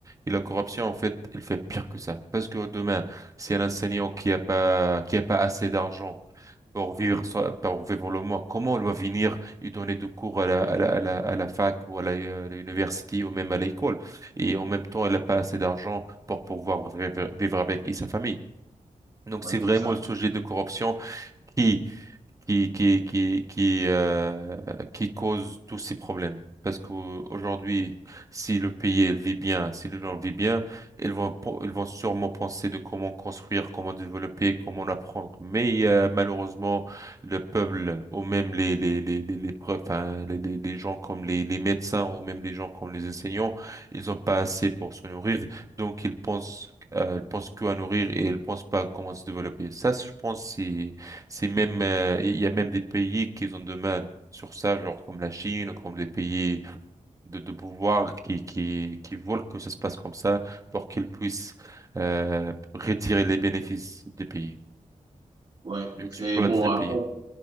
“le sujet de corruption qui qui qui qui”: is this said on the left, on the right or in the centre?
Right